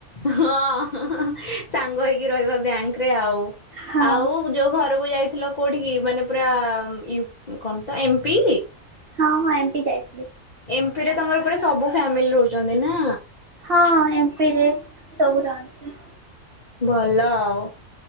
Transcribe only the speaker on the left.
ହଁ ସାଙ୍ଗ ହେଇକି ରହିବା ବ୍ୟାଙ୍କରେ ଆଉ।
ଆଉ କୁ ଯୋଉ ଘରକୁ ଯାଇଥିଲ କୋଉଠିିକି ମାନେ ପୁରା ୟୁ କଣ ତ ଏମ ପି?
ଏମ ପି ରେ ତମର ପୁରା ସବୁ ଫ୍ୟାମିଲି ରହୁଛନ୍ତି ନା।
ଭଲ ଆଉ।